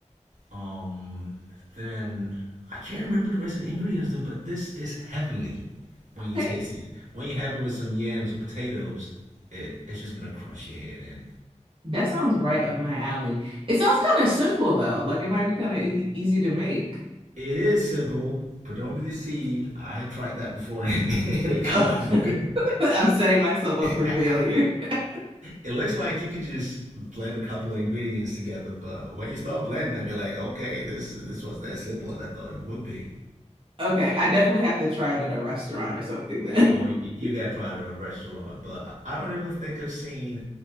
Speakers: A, on the right (about 85°); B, on the right (about 45°).
A: Um, then I can't remember the rest of the ingredients though, but this is heavenly when
B: okay,
A: you taste it. When you have it with some yams or potatoes, it it's just gonna crush your head in.
B: that sounds right up my alley. It sounds kind of simple though. Like it might be kind of e easy to make.
A: It is simple, but don't be deceived. I have tried that before and <laughs> it
B: <laughs>
A: ain't come
B: Oh.
A: out
B: <laughs>
A: good.
B: I'm setting myself up for
A: <laughs>
B: failure. <laughs>
A: It looks like you could just blend a couple of ingredients together, but when you start blending them, you're like, okay, this this wasn't as simple as I thought it would be.
B: Okay, I definitely have to try it at a restaurant or something then.
A: Oh, you, you
B: <laughs>
A: gotta try it at a restaurant, but I I don't even think I've seen,